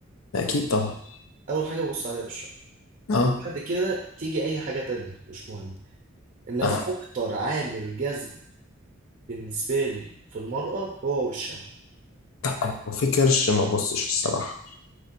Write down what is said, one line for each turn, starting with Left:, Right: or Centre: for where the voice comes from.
Left: ما اكيد طبعا
Right: اول حاجه ببص عليها وشها
Left: اه
Right: وبعد كده تيجي اي حاجه تانية مش مهم انما
Left: اه
Right: اكتر عامل جذب بالنسبه لي في المرأة هو وشها
Left: انا لو في كرش ما ببصش الصراحة